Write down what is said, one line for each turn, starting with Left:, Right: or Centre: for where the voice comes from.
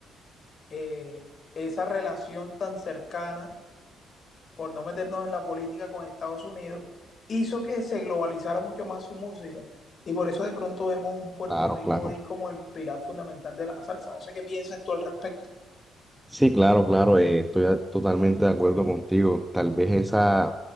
Left: eh, esa relación tan cercana, por no meternos en la política con Estados Unidos, hizo que se globalizara mucho más su música. Y por eso de pronto vemos un Puerto
Centre: claro,
Left: Rico
Centre: claro.
Left: hoy como el pilar fundamental de la salsa. No sé qué piensas tú al respecto.
Centre: Sí, claro, claro, eh, estoy a- totalmente de acuerdo contigo. Tal vez esa,